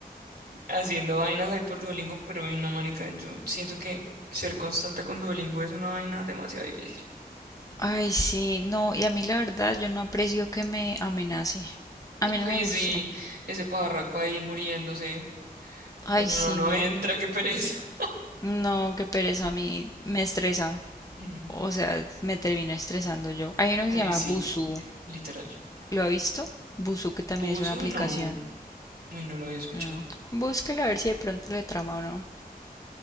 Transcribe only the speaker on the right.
haciendo vainas ahí por Duolingo, pero uy, no marica, yo siento que ser constante con Duolingo es una vaina demasiado difícil.
<laughs>
Ay,
sí, ese pajarraco ahí muriéndose
cuando
uno no
entra, qué pereza. <laughs>
Mm,
Uy,
sí,
literal.
Buzu,
no, uy, no lo había escuchado.